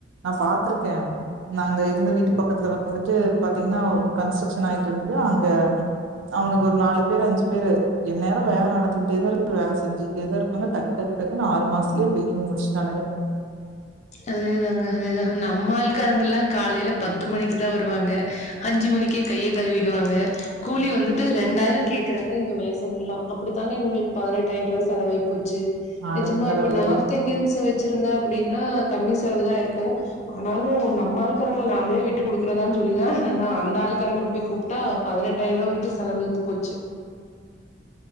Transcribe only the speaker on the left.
அதேதாங்க அதேதா நம்ம ஆள்காரங்கல்லா காலேல பத்து மணிக்குதா வருவாங்க அஞ்சு ம ணிகே கைய கழுவிடுவாங்க கூலி வந்துட்டு ரெண்டாய்ரோ கேக்குறாங்க இங்க மேசெம் எல்லா அப்புடித்தாங்க எங்ளு பதினெட்டாய்ன்ருவா செலவாய் போச்சு
நெஜமா
இப்ப நார்த் இந்தியன்ஸ வச்சிருந்த அப்புடினா கம்மி செலவு தா ஆய்ருக்கு ஆனாலு நம்ம ஆள்காரங்கள் நாம்ளே விட்டு குடுக்குறதான் சொல்லிதா நா அந்தா ஆள்காரங்ள போய் கூப்ட்டா பதினெட்டாய்ர்வா வரைக்கு செலவு இழுத்து போச்சு